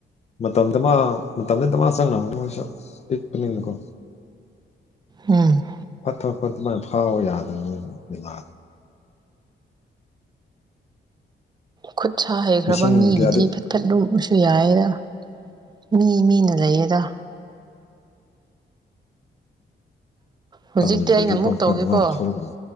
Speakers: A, on the left; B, on the right.
A: ꯃꯇꯝꯗꯃꯥ ꯃꯇꯝꯗꯤ ꯗꯃꯥ ꯆꯪꯉꯝꯅꯤ ꯃꯣꯏꯁꯨ ꯄꯤꯛꯄꯅꯤꯅꯀꯣ <inaudible>
B: ꯎꯝ
A: ꯐꯠꯇꯕ ꯐꯠꯇ ꯑꯗꯨꯃꯥꯏꯅ ꯐꯥꯎ ꯌꯥꯗꯕꯅꯤ ꯗꯤꯅꯥꯟ
B: ꯈꯨꯠ ꯁꯥ ꯍꯩꯈ꯭ꯔꯕ
A: ꯂꯤꯁꯤꯡ
B: ꯃꯤꯒꯤꯗꯤ
A: ꯀꯌꯥꯗꯤ
B: ꯐꯠ ꯐꯠ ꯑꯗꯨꯝꯁꯨ ꯌꯥꯏꯌꯦꯗ ꯃꯤ ꯃꯤꯅ ꯂꯩꯌꯦꯗ ꯍꯧꯖꯤꯛꯇꯤ
A: ꯇꯝꯗ꯭ꯔꯗꯤ
B: ꯑꯩꯅ ꯑꯃꯨꯛ
A: ꯐꯠ
B: ꯇꯧꯒꯦꯀꯣ
A: ꯐꯠ ꯑꯗꯨꯃꯥꯏꯅ ꯊꯣꯛꯂꯛꯀꯅꯤ